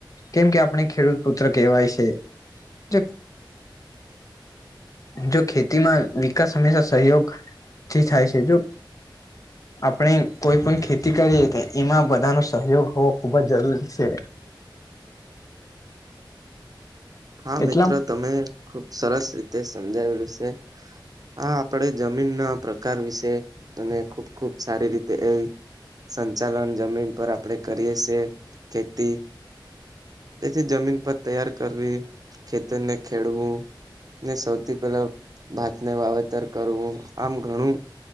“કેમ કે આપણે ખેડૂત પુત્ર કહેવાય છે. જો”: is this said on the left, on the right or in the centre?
Left